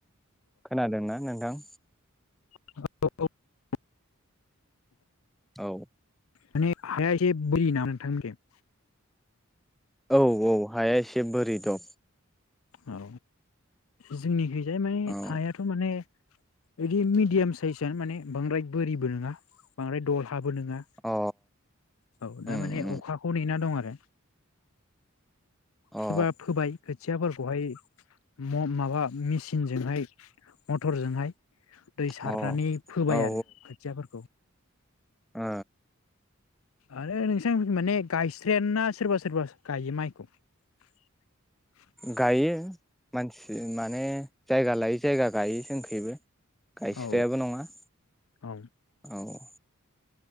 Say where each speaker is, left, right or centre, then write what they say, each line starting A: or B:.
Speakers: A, in the centre; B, on the left.
A: खोनादोंना नोंथां?
B: औ
A: औ
B: माने हाया ऐसे बोरिदब ना नोंथां मोननिथिं?
A: औ औ हाया एसे बोरि दब।
B: औ जोंनि खैजाय माने
A: औ
B: हायाथ माने बिदि मिडियाम साइजआनो माने बांद्राय बोरिबो नङा बांद्राय दल हाबो नङा
A: अ
B: औ दा
A: उम
B: माने
A: उम
B: अखाखौ नेना दं आरो दे सोरबा
A: अ
B: फोबाय खोथियाफोरखौहाय म-माबा मेचिनजोंहाय मटरजोंहाय दै सारनानै
A: औ
B: फोबाय
A: औ
B: आरो खोथियाफोरखौ ।
A: ओ
B: आरो नोंसां माने गायस्रायाना सोरबा सोरबा गायो माइखौ ।
A: गायो मानसि माने जायगा लायै जायगा गायो जोंखैबो । गायस्रायाबो
B: औ
A: नङा
B: औ
A: औ